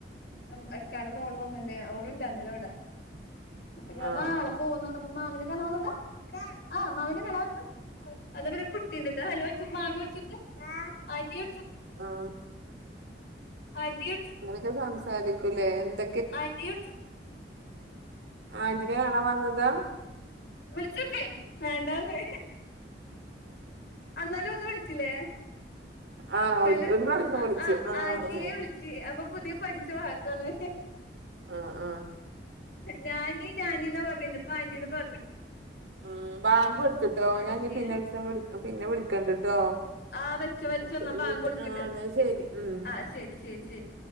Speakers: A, on the left; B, on the right.
A: അം. ഇക്കാടെ മോള് വന്ന്ണ്ടെ. ഓള് ണ്ടായിര്ന്ന്ല്ല വടെ. അപ്പം ഞാൻ
B: ആ
A: നാളെ
B: ആ
A: പോവുന്നർഞ്ഞപ്പ പ്പം. മാമിനെ കാണാ വന്നതാ. ആ. മാമിനെ കാണാ വന്നതാ <unintelligible> ട്ടിണ്ട്ട്ടോ. ഹലോയ്ച്ചോ മാമിയ്ചോക്ക്. ആൻ്റി ചോക്ക്.
B: ആ
A: ആൻ്റീ ൾച്ചോക്ക്.
B: ക്കെ സംസാരിക്കൂലെ. എന്ത
A: ആൻ്റീൾച്ച.
B: ആന്റിനെ കാണാവന്നതാ
A: വിൾച്ചോക്ക്. വേണ്ടാന്ന് അന്നാലും ഒന്നുവിളിച്ചില്ലേ.
B: ആ
A: ഹലോ
B: ഒരു ഒരു പ്രാവശ്യം
A: അഹ് അഹ്
B: വിളിച്ചു
A: അഹ്
B: ആ
A: ആൻ്റീ‌വിളി
B: ആ.
A: ജി. ഇ എ അപ്പൊ പുതിയ പഠിച്ചവാക്കണ്.
B: ആഹ് ആഹ്.
A: ഞാനീ ഞാനിന്നാ പറഞ്ഞിന്നെ. ഇപ്പ ആന്റിന്ന് പറഞ്ഞി.
B: ആഹ്. ബാങ്കൊട്ത്ത്ട്ടോ.
A: അവിടൊക്കെ
B: ഞാഞ്ഞി പിന്നെ ഒരീസം വിളിക്ക. പിന്നെ വിളിക്കണ്ട് ട്ടോ.
A: ആഹ്. വെച്ചൊ. വെച്ചൊന്നാ.
B: കുറച്ച് കഴിഞ്ഞിട്ട്
A: ബാങ്കോട്ക്ക്ണ്ട്.
B: ആ എന്നാ ശരി ഉം
A: ആഹ്. ശരി ശരി ശരി.